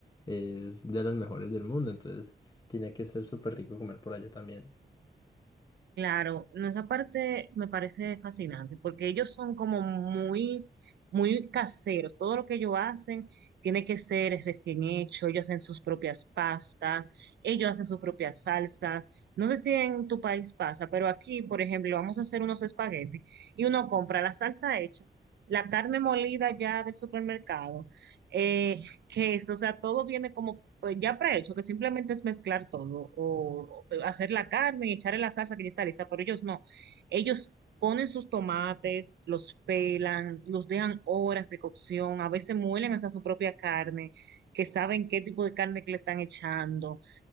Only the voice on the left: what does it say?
es de las mejores del mundo, entonces tiene que ser súper rico comer por allá también.